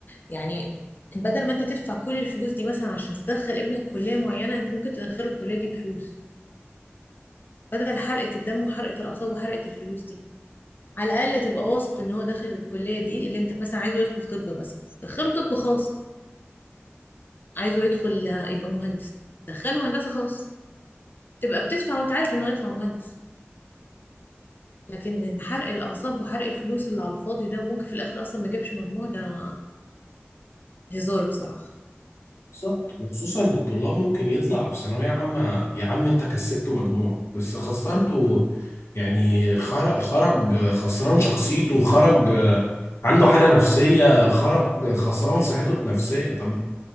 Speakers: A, on the left; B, on the left.
A: يعني بدل ما أنت تدفع كل الفلوس دي مثلا عشان تدخل ابنك كلية معينة أنت ممكن تدخله الكلية دي بفلوس بدل حرقة الدم وحرقة الأعصاب وحرقة الفلوس دي على الأقل تبقى واثق إن هو داخل الكلية دي اللي أنت مثلا عايزه يدخل طب مثلا دخله طب خاص عايزه يدخل يبقى مهندس دخله هندسة خاص تبقى بتدفع وأنت عارف إنه هيطلع مهندس لكن حرق الأعصاب وحرق الفلوس اللي على الفاضي ده وممكن في الآخر أصلا ما جابش مجموع ده هزار بصراحة
B: بالظبط وخصوصا ان الطلاب ممكن يطلع في ثانويه عامه يا عم انت كسبته مجموع بس خسرته يعني خرج خرج خسران شخصيته خرج عنده حاله نفسيه خرج خسران صحته النفسيه طب